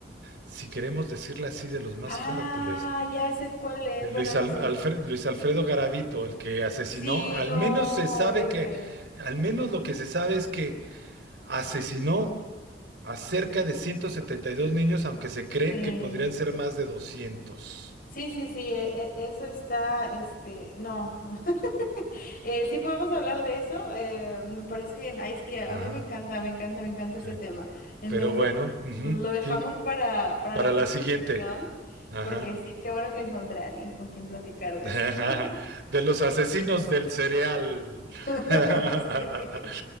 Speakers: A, on the right (about 65°); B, on the left (about 55°).
A: si queremos decirlo así, de los más
B: Ah,
A: fértiles.
B: ya sé cuál es.
A: de Luis,
B: Bueno, no
A: Al-
B: sé.
A: Alfre- Luis Alfredo Garavito, el que asesinó,
B: Sí,
A: al
B: no,
A: menos se sabe
B: horrible.
A: que, al menos lo que se sabe es que Asesinó a cerca de 172 niños, aunque se cree
B: Sí,
A: que podrían ser más de doscientos
B: sí, sí, sí, e- e- eso está, este, no. <laughs> Eh, sí podemos hablar de eso, eh, me parece bien. Ay, es que a
A: Ajá,
B: mí me encanta, me encanta, me encanta
A: sí.
B: ese tema. Entonces,
A: Pero bueno, ujú,
B: lo dejamos
A: sí.
B: para, para
A: Para
B: la
A: la
B: próxima
A: siguiente.
B: sesión,
A: Ajá.
B: porque sí, qué bueno que encontré a alguien con quien platicar
A: <laughs>
B: de eso.
A: De los asesinos del cereal.
B: <laughs>
A: <laughs>
B: Sí.